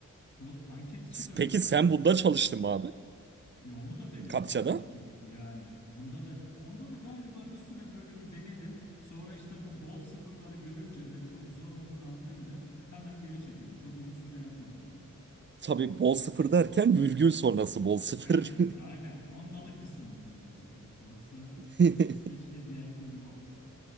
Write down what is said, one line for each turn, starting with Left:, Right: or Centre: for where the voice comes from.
Left: Do- Anket işi de öyle
Right: Peki
Left: mesela.
Right: sen bunda çalıştın mı abi?
Left: Ya onu da denedim
Right: Kapçada?
Left: tabii ki. Yani onda da onda da galiba bir süre böyle bir denedim. Sonra işte bu bol sıfırları görünce ve çok zor olduğunu anlayınca hemen geri çekildim. Çok uzun süre yapmadım Allah'tan.
Right: Tabii bol sıfır derken virgül sonrası bol sıfır.
Left: Evet, aynen. Ondalık kısmımız bol sıfır. Yoksa
Right: <laughs>
Left: keşke diğer türlü olsa.